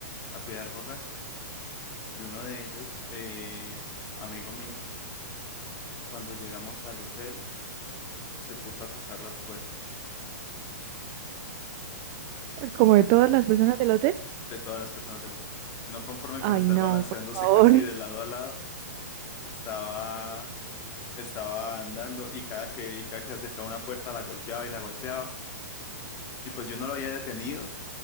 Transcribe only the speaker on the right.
Como
de todas las personas del hotel.
Ay,
no,
por favor,
<laughs>